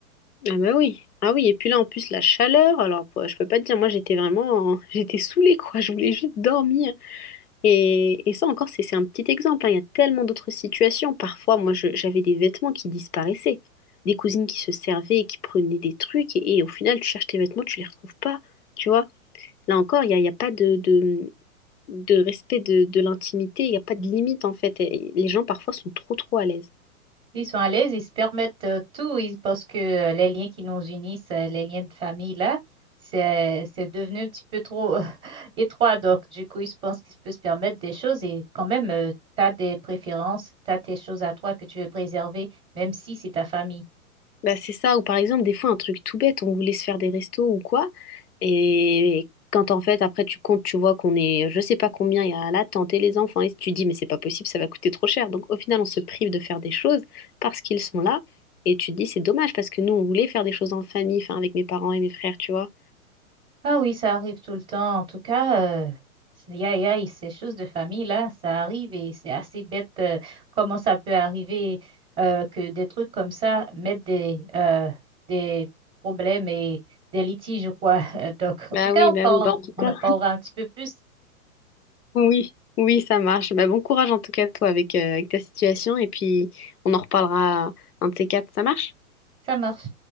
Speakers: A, on the left; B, on the right.
A: Ah bah oui. Ah oui, et puis là en plus la chaleur, alors pour- je peux pas te dire, moi j'étais vraiment, <laughs> j'étais saoulée quoi, je voulais juste dormir. Et, et ça encore c'est c'est un petit exemple, hein. Il y a tellement d'autres situations. Parfois moi je- j'avais des vêtements qui disparaissaient, des cousines qui se servaient, et qui prenaient des trucs et, et au final tu cherches tes vêtements, tu les retrouves pas, tu vois. Là encore il y a, il y a pas de, de, de respect de, de l'intimité, il y a pas de limite en fait. Et les gens parfois sont trop trop à l'aise.
B: Ils sont à l'aise, ils se permettent euh, tout, ils- parce que euh, les liens qui nous unissent, euh, les liens de famille, là, c'est, c'est devenu un petit peu trop euh, <laughs> étroit. Donc, du coup, ils se pensent qu'ils peuvent se permettre des choses et quand même, tu as des préférences, tu as tes choses à toi que tu veux préserver, même si c'est ta famille.
A: Bah, c'est ça, ou par exemple, des fois, un truc tout bête, on voulait se faire des restos ou quoi, et quand en fait, après, tu comptes, tu vois qu'on est, je sais pas combien, il y a là, et les enfants, et tu dis, mais c'est pas possible, ça va coûter trop cher. Donc, au final, on se prive de faire des choses parce qu'ils sont là, et tu te dis, c'est dommage, parce que nous, on voulait faire des choses en famille, enfin, avec mes parents et mes frères, tu vois.
B: Ah oui, ça arrive tout le temps. En tout cas, euh, c'est- y aïe, aïe, ces choses de famille là, ça arrive et c'est assez bête euh, comment ça peut arriver euh, que des trucs comme ça mettent des, euh, des problèmes et des litiges ou quoi. <laughs> Donc, en
A: Bah
B: tout cas,
A: oui,
B: on
A: bah
B: parle,
A: oui, bah en tout
B: on
A: cas,
B: en parlera un petit peu plus.
A: oui, oui, ça marche. Bah, bon courage en tout cas, toi, avec, euh, avec ta situation, et puis, on en reparlera un de ces quatre, ça marche?
B: Ça marche.